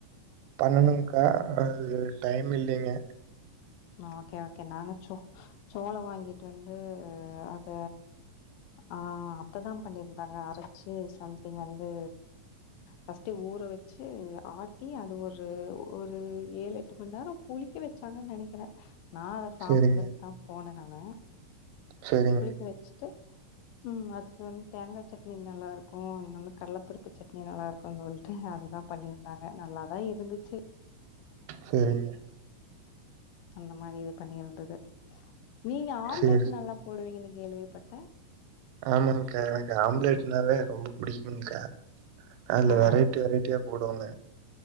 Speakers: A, on the right; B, on the left.
A: பண்ணனுங்க்கா அது டைம் இல்லைங்க
B: ஓகே ஓகே நாங்க சோ சோளம் வாங்கிட்டு வந்து அத ஆ அத்ததா பண்ணிருந்தாங்க அரைச்சு சம்திங் வந்து பர்ஸ்ட் ஊற வச்சு ஆட்டி அது ஒரு ஒரு ஏழு எட்டு மணி நேரம் புளிக்க வச்சாங்கு நெனைக் க்றே நா அத சாப்பறதுக்கு
A: சரிங்க
B: தா போனே நா நா
A: சரிங்க
B: குளிக்க வச்சுட்டு உம் அதுக்கு வந்து தேங்கா சட்னி நல்லா இருக்கு இன்னொன்னு கடலப்பருப்பு சட்னி நல்லா இருக்குனு சொல்லிட்டு அதுதா பண்ணிருந்தாங்க நல்லாதா இருந்துச்சு
A: சரிங்க
B: அந்த மாரி இது பண்ணிருந்தது நீங்க ஆம்லெட்
A: சேரி
B: நல்லா போடுவீங்கன் கேள்விப்பட்டே
A: ஆமாங்கா எனக்கு ஆம்லெட்னாவே ரொம்ப புடிக்கும்கா அ
B: ஆஹா!
A: இதுல வெரைட்டி வெரைட்டியா போடுவாங்க